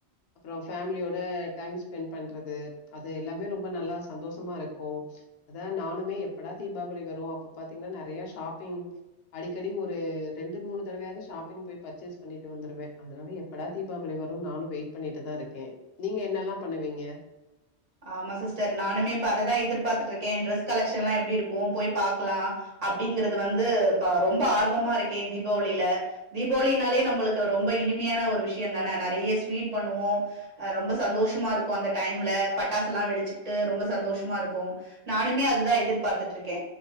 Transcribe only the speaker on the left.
அப்புறோ ஃபேமிலியோட டைம் ஸ்பெண்ட் பண்றது அது எல்லாமே ரொம்ப நல்லா சந்தோஷமா இருக்கு அதா நானுமே எப்படா தீபாவளி வரும் அப்ப பாத்தீங்கன்னா நறைய ஷாப்பிங் அடிக்கடி ஒரு ரெண்டு மூணு தடவையாவது ஷாப்பிங் போய் பர்ச்சேஸ் பண்ணிட்டு வந்துருவே அதனால எப்படா தீபாவளி வரு நானு வெயிட் பண்ணிட்டு தா இருக்கே நீங்க என்னெல்லா பண்ணுவீங்க